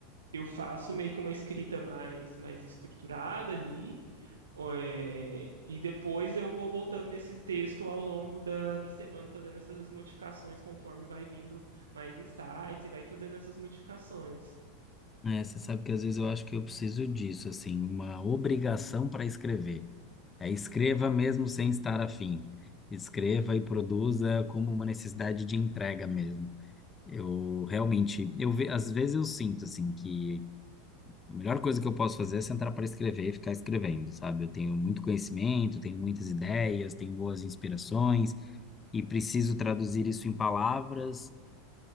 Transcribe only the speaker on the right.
eu faço meio que uma escrita mais, mais estruturada ali, é, e depois eu vou voltando nesse texto ao longo da, da semana e fazendo essas modificações conforme vai vindo mais insights e vai fazendo essas modificações.